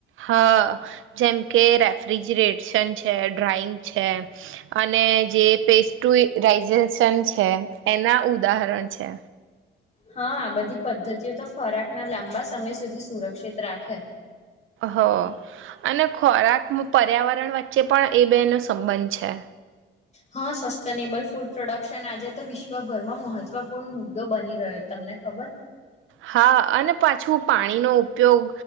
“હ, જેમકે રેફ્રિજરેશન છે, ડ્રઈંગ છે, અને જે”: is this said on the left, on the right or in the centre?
Right